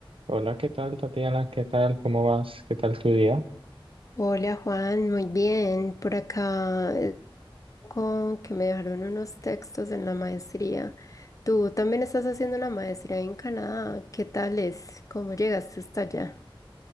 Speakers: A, on the right (about 75°); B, on the left (about 35°).
A: Hola, ¿qué tal, Tatiana? ¿Qué tal? ¿Cómo vas? ¿Qué tal tu día?
B: Hola Juan, muy bien. Por acá es un que me dejaron unos textos en la maestría. Tú también estás haciendo la maestría en Canadá. ¿Qué tal es? ¿Cómo llegaste hasta allá?